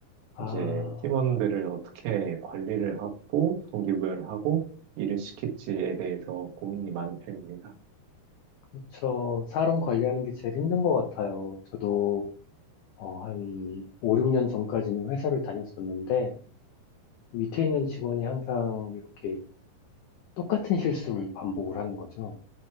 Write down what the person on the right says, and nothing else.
이제 팀원들을 어떻게 관리를 하고, 동기부여를 하고, 일을 시킬지에 대해서 고민이 많은 편입니다.